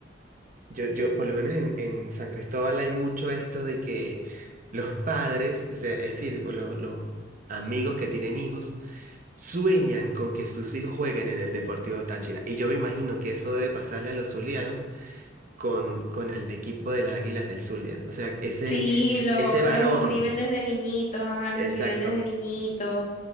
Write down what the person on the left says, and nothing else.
Sí, lo-
los
inscriben desde niñitos, ajá, los
inscriben desde niñitos,